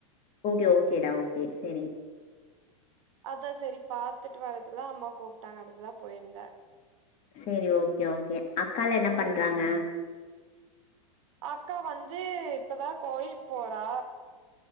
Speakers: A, on the left; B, on the right.
A: ஓகே ஓகேடா ஓகே செரி
B: அதா செரி பாத்துட்டு வரகுதா அம்மா கூப்டாங்க அதுக்குதா போயிருந்தே
A: செரி ஓகே ஓகே அக்காலா என்ன பண்றாங்க
B: அக்கா வந் து இப்பதா கோயில் போறா